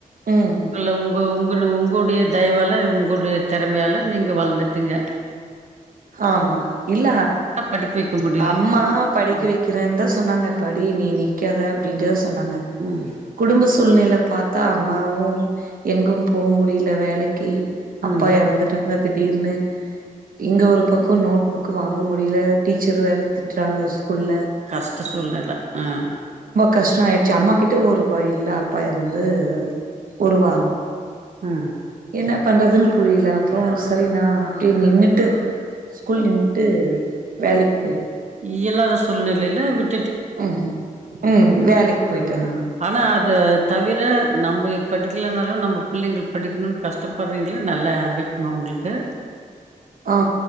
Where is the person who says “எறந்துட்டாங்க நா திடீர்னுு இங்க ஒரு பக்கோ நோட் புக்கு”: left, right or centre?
Right